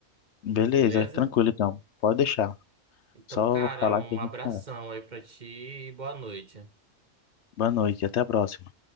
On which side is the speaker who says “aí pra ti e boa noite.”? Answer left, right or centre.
Right